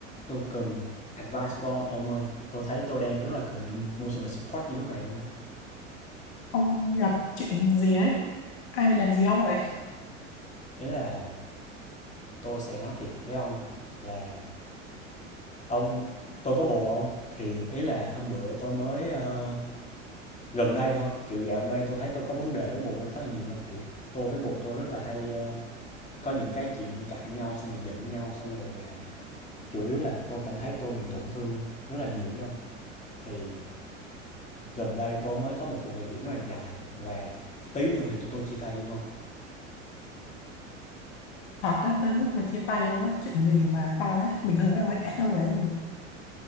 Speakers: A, on the left; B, on the left.
A: Tôi cần advice của ông ông ơi. Tôi thấy tôi đang rất là cần emotional support ngay lúc này ông ơi.
B: Ông gặp chuyện gì đấy? Ai làm gì ông vậy?
A: Ý là tôi sẽ nói thiệt với ông là ông tôi có bồ ông thì ý là hôm bữa tôi mới ờ, gần đây thôi, kiểu dạo gần đây tôi thấy tôi có vấn đề với bồ tôi khá là nhiều không? Kiểu tôi với bồ tôi rất là hay ờ, có những cái chuyện cãi nhau xong rồi giận nhau xong rồi là chủ yếu là tôi cảm thấy tôi bị tổn thương rất là nhiều phải không? Thì gần đây tôi mới có một cuộc trò chuyện rất là dài và tí nữa thì tụi tôi chia tay luôn không
B: Thật đó, tới mức mà chia tay luôn á. Chuyện gì mà to đấy? Bình thường mấy ông hay cãi nhau về cái gì?